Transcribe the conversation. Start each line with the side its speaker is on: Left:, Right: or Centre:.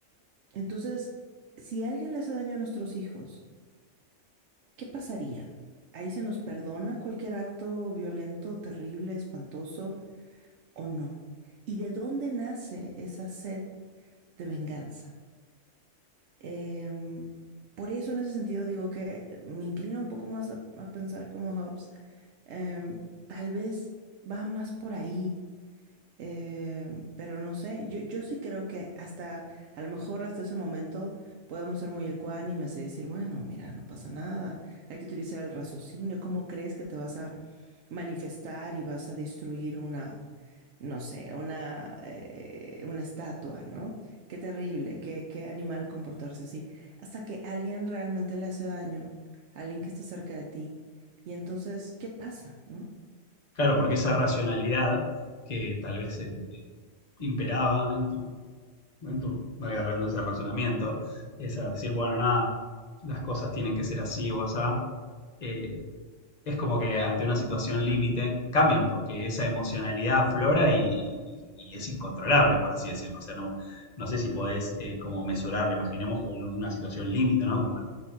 Right: Entonces, si alguien le hace daño a nuestros hijos, ¿qué pasaría? ¿Ahí se nos perdona cualquier acto violento, terrible, espantoso o no? ¿Y de dónde nace esa sed de venganza? Eh, por eso en ese sentido digo que me inclino un poco más a, a pensar como Hobbes. Eh, tal vez va más por ahí Eh, pero no sé, yo, yo sí creo que hasta, a lo mejor hasta ese momento podemos ser muy ecuánimes y decir, bueno, mira, no pasa nada, hay que utilizar el raciocinio, ¿cómo crees que te vas a manifestar y vas a destruir una, no sé, una, eh, una estatua, ¿no? Qué terrible, qué, qué animal comportarse así, hasta que alguien realmente le hace daño, alguien que está cerca de ti, y entonces, ¿qué pasa, no?
Left: claro, porque esa racionalidad que tal vez eh, eh, imperaba en tu. En tu valga la redundancia, razonamiento. Esa, decir, bueno, nada, las cosas tienen que ser así o asá. eh, es como que ante una situación límite cambian porque esa emocionalidad aflora y, y- y es incontrolable, por así decirlo. O sea, no, no sé si podés eh, como mesurarla, imaginemos con una situación límite, ¿no? Como el,